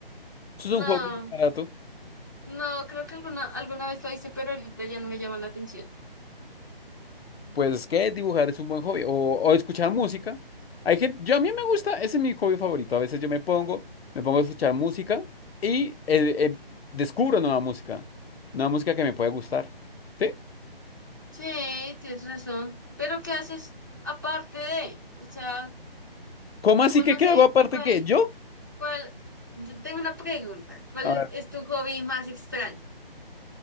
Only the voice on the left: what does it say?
Eso es
un hobby barato.
Pues que dibujar es un buen hobby. O, o escuchar música. Hay gente, yo a mí me gusta, ese es mi hobby favorito. A veces yo me pongo, me pongo a escuchar música y eh, eh, descubro nueva música. Nueva música que me puede gustar. ¿Sí?
¿Cómo así
que
qué
hago aparte
que yo?
A ver,